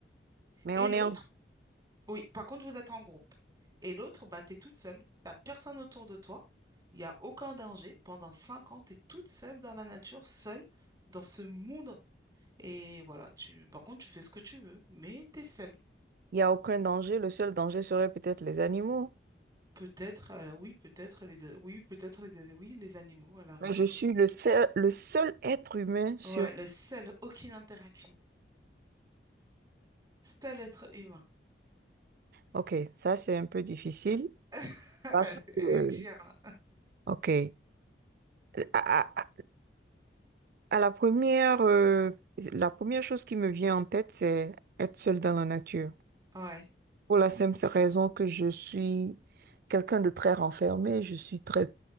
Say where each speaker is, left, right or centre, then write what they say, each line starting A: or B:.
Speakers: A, on the right (about 55°); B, on the right (about 20°).
A: Mais
B: Et
A: on
B: l'autre,
A: est en...
B: oui, par contre, vous êtes en groupe. Et l'autre, bah, t'es toute seule. T'as personne autour de toi. Il n'y a aucun danger. Pendant cinq ans, t'es toute seule dans la nature, seule dans ce monde. Et voilà, tu, par contre, tu fais ce que tu veux, mais t'es seule.
A: Il n'y a aucun danger, le seul danger serait peut-être les animaux.
B: Peut-être, euh, oui, peut-être les deux, oui, peut-être les deux- oui, les animaux à la rigueur.
A: Mais je suis le seul, le seul être humain sur...
B: Ouais, le seul, aucune interaction. Seul être humain.
A: Ok, ça c'est un peu difficile.
B: <laughs>
A: Parce
B: Elle
A: que,
B: est dure. hein.
A: ok. À, à- à la première, euh, la première chose qui me vient en tête, c'est être seule dans la nature.
B: Ouais.
A: Pour la simple raison que je suis quelqu'un de très renfermé, je suis très,